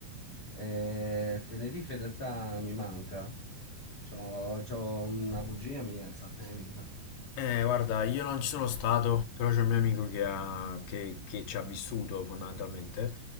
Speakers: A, on the left; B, on the left.
A: Eh, Tenerife in realtà mi manca. C'ho, c'ho una cugina mia che sta a Tenerife.
B: Eh, guarda, io non ci sono stato, però c'è un mio amico che, ha- che- che ci ha vissuto fondamentalmente